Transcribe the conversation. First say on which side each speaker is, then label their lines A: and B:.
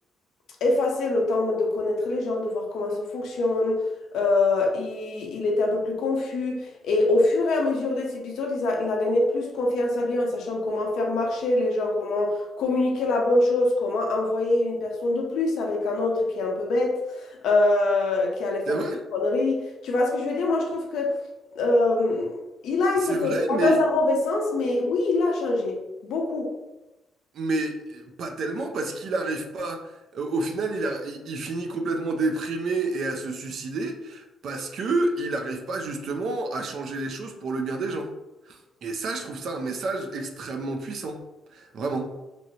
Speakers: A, on the left; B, on the right.
A: effacé le temps de connaître les gens, de voir comment ça fonctionne. Euh, il, il était un peu plus confus. Et au fur et à mesure des épisodes, il a, il a gagné plus de confiance en lui en sachant comment faire marcher les gens, comment communiquer la bonne chose, comment envoyer une personne de plus avec un autre qui est un peu bête, euh, qui allait faire
B: C'est vrai,
A: quelques conneries. Tu vois ce que je veux dire? Moi, je trouve que euh, il a
B: c'est
A: été changé,
B: vrai, mais
A: pas dans un mauvais sens, mais oui, il a changé, beaucoup.
B: mais pas tellement parce qu'il n'arrive pas. Au au final, il a, il, il finit complètement déprimé et à se suicider parce que il n'arrive pas justement à changer les choses pour le bien des gens. Et ça, je trouve ça un message extrêmement puissant. Vraiment.